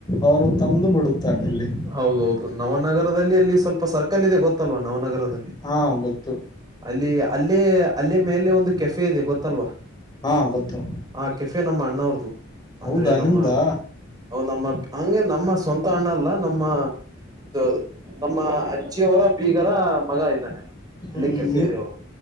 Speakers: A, on the left (about 25°); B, on the right (about 20°).
A: ಅವರು ತಂದು ಬಿಡುತ್ತಾರೆ ಅಲ್ಲಿ.
B: ಹೌದೌದು ನವನಗರದಲ್ಲಿ ಅಲ್ಲಿ ಸ್ವಲ್ಪ ಸರ್ಕಲ್ ಇದೆ ಗೊತ್ತಲ್ವಾ ನವನಗರದಲ್ಲಿ.
A: ಹಾ ಗೊತ್ತು
B: ಅಲ್ಲಿ ಅಲ್ಲೇ ಅಲ್ಲೇ ಮೇಲೆ ಒಂದು ಕೆಫೆ ಇದೆ ಗೊತ್ತಲ್ವಾ
A: ಹಾ ಗೊತ್ತು
B: ಆ ಕೆಫೆ ನಮ್ಮ ಅಣ್ಣವ್ರದು ಅಂದ್ರೆ
A: ಹೌದಾ
B: ನಮ್ಮ
A: ನಿಮ್ದಾ
B: ಹ ನಮ್ಮ ಹಂಗೆ ನಮ್ಮ ಸ್ವಂತ ಅಣ್ಣಾಲ್ಲ ನಮ್ಮ ನಮ್ಮ ನಮ್ಮ ಅಜ್ಜಿಯವರ ಬೀಗರ ಮಗ ಇದ್ದಾನೆ ಅಲ್ಲಿ. ಅಲ್ಲೇ
A: ಹ್ಮ್
B: ಕೆಫೆ
A: ನೀ
B: ಇದೆವು